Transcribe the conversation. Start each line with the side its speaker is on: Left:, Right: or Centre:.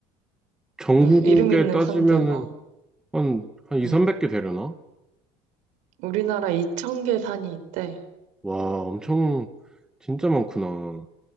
Centre: 전국에
Right: 음, 이름 있는
Centre: 따지면은
Right: 산들. 어.
Centre: 한, 한 2,
Right: 음.
Centre: 300개 되려나?
Right: 우리나라 2,000개 산이 있대.
Centre: 와, 엄청, 진짜 많구나.